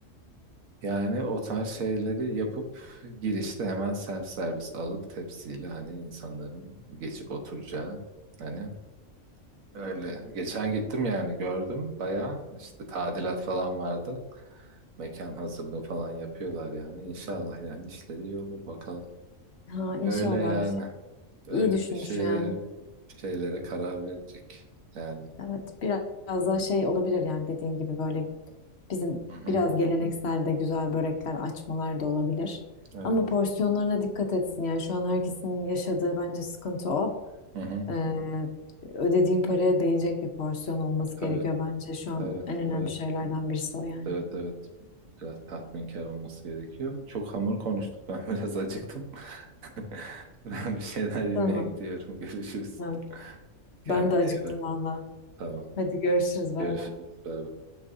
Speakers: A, on the right (about 80°); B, on the left (about 55°).
A: Yani o tarz şeyleri yapıp girişte hemen self servis alıp tepsiyle hani insanların geçip oturacağı hani Evet. öyle. Geçen gittim yani gördüm bayağı işte tadilat falan vardı. Mekan hazırlığı falan yapıyorlar yani. İnşallah yani işleri iyi olur bakalım.
B: Ha inşallah.
A: Öyle yani. Öyle
B: İyi düşünmüş
A: bir şeyle
B: yani.
A: bir şeylere karar verecek yani.
B: Evet, biraz daha şey olabilir yani dediğin gibi böyle bizim
A: Hı hı.
B: biraz geleneksel de güzel börekler açmalar da olabilir.
A: Evet.
B: Ama porsiyonlarına dikkat etsin yani şu an herkesin yaşadığı bence sıkıntı o.
A: Hı hı.
B: Ee, ödediğin paraya değecek bir porsiyon olması
A: Tabii.
B: gerekiyor bence şu an
A: Evet.
B: en önemli
A: Evet.
B: şeylerden birisi o yani.
A: Evet evet. Biraz tatminkar olması gerekiyor. Çok hamur konuştuk. Ben <laughs> biraz acıktım. <laughs> Ben bir şeyler yemeye
B: Tamam.
A: gidiyorum. <laughs> Görüşürüz.
B: Evet.
A: Kendine
B: Ben de acıktım
A: iyi bak.
B: valla.
A: Tamam.
B: Hadi görüşürüz bay
A: Görüşürüz.
B: bay.
A: Bay bay.